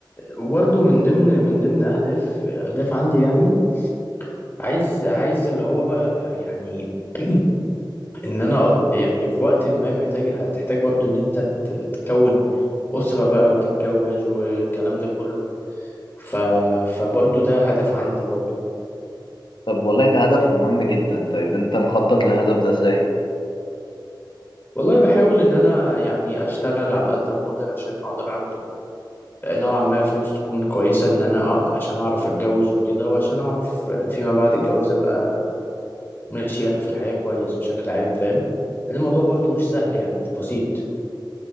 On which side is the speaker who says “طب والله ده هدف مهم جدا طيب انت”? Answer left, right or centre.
Left